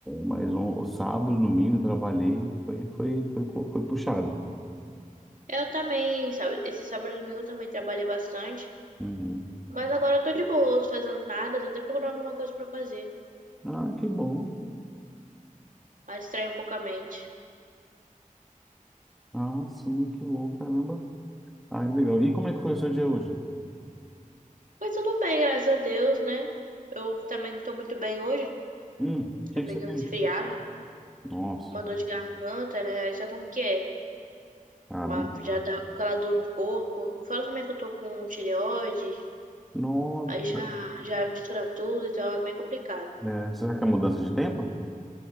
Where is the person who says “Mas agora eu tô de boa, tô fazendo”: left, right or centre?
Right